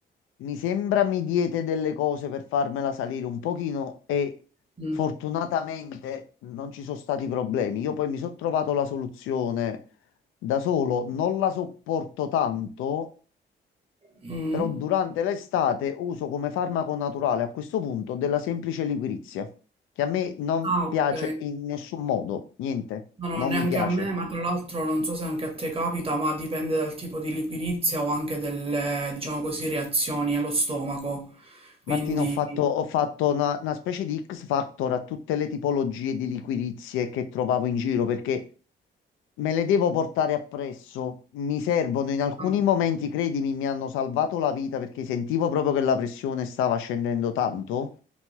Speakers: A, on the left (about 85°); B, on the right (about 30°).
A: Mi sembra mi diete delle cose per farmela salire un pochino e
B: Mm.
A: fortunatamente non ci sono stati problemi. Io poi mi sono trovato la soluzione da solo, non la sopporto tanto,
B: Mm.
A: però durante l'estate uso come farmaco naturale a questo punto della semplice liquirizia, che a me non
B: Ah, ok.
A: piace in nessun modo, niente,
B: No, no,
A: non
B: neanche
A: mi piace.
B: a me, ma tra l'altro non so se anche a te capita, ma dipende dal tipo di liquidizia o anche delle, diciamo così, reazioni allo stomaco. Quindi,
A: Martina, ho fatto, ho fatto una, una specie di X Factor a tutte le tipologie di liquirizie che trovavo in giro perché Me le devo portare appresso, mi servono in alcuni
B: ah,
A: momenti, credimi, mi hanno salvato la vita perché sentivo proprio che la pressione stava scendendo tanto.